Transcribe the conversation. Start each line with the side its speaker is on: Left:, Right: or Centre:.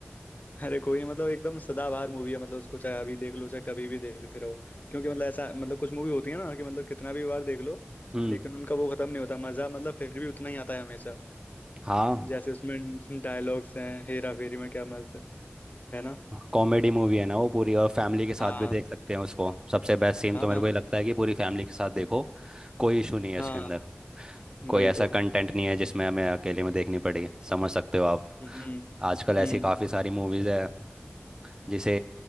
Left: अरे कोई नहीं मतलब एकदम सदाबहार मूवी है मतलब उसको चाहे अभी देख लो चाहे कभी भी देखते रहो क्योंकि मतलब ऐसा मतलब कुछ मूवी होती है ना कि मतलब कितना भी बार देख लो
Right: हम्म
Left: लेकिन उनका वो खत्म नहीं होता मजा मतलब फिर भी उतना ही आता है हमेशा
Right: हाँ
Left: जैसे उसमें डायलॉग्स हैं हेरा फेरी में क्या मस्त है ना
Right: कॉमेडी मूवी है ना वो पूरी और फैमिली के साथ
Left: हाँ
Right: भी देख सकते हैं उसको सबसे बेस्ट सीन
Left: हाँ
Right: तो मेरे
Left: हाँ
Right: को ये लगता है कि पूरी फैमिली के साथ देखो कोई इशू नहीं है इसके
Left: हाँ
Right: अंदर कोई
Left: वही
Right: ऐसा
Left: तो
Right: कंटेंट नहीं है जिसमें हमें अकेले में देखनी पड़े समझ सकते हो आप
Left: हम्म
Right: आजकल ऐसी
Left: हम्म
Right: काफ़ी सारी मूवीज़ है जिसे